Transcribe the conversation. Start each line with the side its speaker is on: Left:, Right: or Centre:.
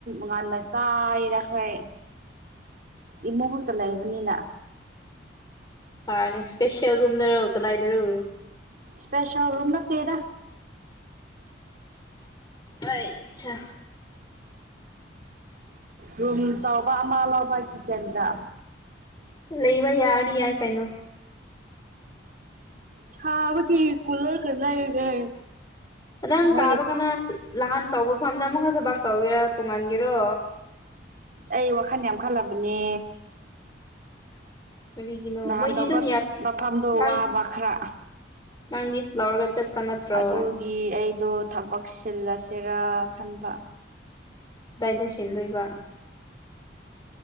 Right: ꯉꯥꯟꯟꯅ ꯆꯥꯏꯅ ꯑꯩꯈꯣꯏ ꯏꯃꯨꯍꯨꯠꯇ ꯂꯩꯕꯅꯤꯅ
Left: ꯍꯅꯦ ꯁꯄꯦꯁꯜ ꯔꯨꯝ ꯅꯔ ꯀꯗꯥ ꯏꯗꯔ
Right: ꯁꯄꯦꯁꯜ ꯔꯨꯝꯝ ꯅꯠꯇꯔ
Left: ꯑ
Right: ꯔꯨꯝ ꯆꯥꯎꯕ ꯑꯃ ꯂꯧꯕ ꯀꯤꯠꯆꯟꯗ
Left: ꯂꯩꯕ ꯌꯥꯔ ꯌꯥꯏ ꯀꯩꯅꯣ
Right: ꯁꯥꯕꯒꯤ ꯀꯨꯂꯔ ꯀꯥ ꯂꯩꯔꯦ
Left: ꯑꯗꯪ
Right: ꯃꯣꯏꯅ
Left: ꯀꯥꯕꯀꯅ ꯅꯍꯥꯟ ꯇꯧꯕ ꯃꯥꯐꯝꯗ ꯑꯃꯨꯛꯀ ꯊꯕꯥꯛ ꯇꯧꯒꯦꯔꯥ ꯇꯣꯡꯍꯥꯟꯒꯦꯔꯣ
Right: ꯑꯩ ꯋꯥꯈꯟ ꯌꯥꯝ ꯈꯜꯂꯕꯅꯦ
Left: ꯀꯔꯤꯒꯤꯅꯣ
Right: ꯅꯍꯥꯟ
Left: ꯃꯣꯏꯗꯤ
Right: ꯇꯧꯕ
Left: ꯑꯗꯨꯝ ꯌꯥꯏ
Right: ꯃꯐꯝꯗꯣ
Left: ꯅꯪ
Right: ꯋꯥꯕ ꯈꯔ
Left: ꯅꯪ ꯂꯤꯐ ꯂꯧꯔꯒ ꯆꯠꯄ ꯅꯠꯇ꯭ꯔꯣ
Right: ꯑꯗꯨꯒꯤ ꯑꯩ ꯑꯗꯣ ꯊꯕꯛ ꯁꯤꯜꯂꯁꯤꯔꯥ ꯈꯟꯕ
Left: ꯀꯗꯥꯏꯗ ꯁꯤꯟꯗꯣꯏꯕ